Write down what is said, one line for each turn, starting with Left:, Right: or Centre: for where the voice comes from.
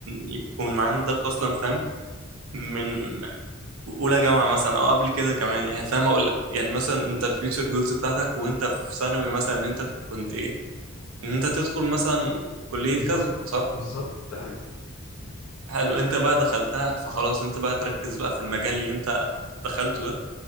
Right: يكون عندك اصلا فاهم من اولى جامعه مثلا او قبل كده كمان يعني فاهم اقول لك يعني مثلا انت الفيوتشر جولز بتاعتك وانت في ثانوي مثلا ان انت كنت ايه ان انت تدخل مثلا كلية
Left: بالظبط
Right: كذا صح
Left: بالظبط ده حقيقي
Right: حلو انت بقى دخلتها فخلاص انت بقى تركز بقى في المجال اللي انت دخلته ده